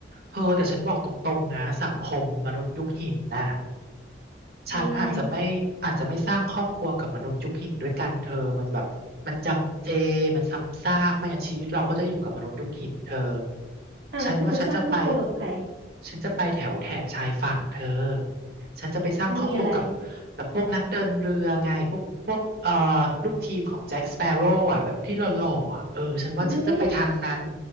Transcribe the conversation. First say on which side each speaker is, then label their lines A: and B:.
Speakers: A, on the right (about 55°); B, on the right (about 75°).
A: เธอแต่ฉันบอกตรงๆนะสังคมมนุษย์ยุคหินน่ะฉันอาจจะไม่อาจจะไม่สร้างครอบครัวกับมนุษย์ยุคหินด้วยกันเธอมันแบบมันจำเจมันซ้ำซากไม่งั้นชีวิตเราก็จะอยู่กับมนุษย์ยุคหินเธอ
B: ยังไงอ่ะแล้วเธอจะสร้างครอบครัวกับใคร
A: ฉันว่าฉันจะไป ฉันจะไปแถวแถบชายฝั่งเธอ ฉันจะไปสร้างครอบครัวกับ
B: มันมีอะไร
A: กับพวกนักเดินเรือไงพวกพวกเอ่อลูกทีมของแจ็คสเปโร่อะแบบที่หล่อๆอะเออฉันว่าฉันจะไปทางนั้น
B: อุ้ย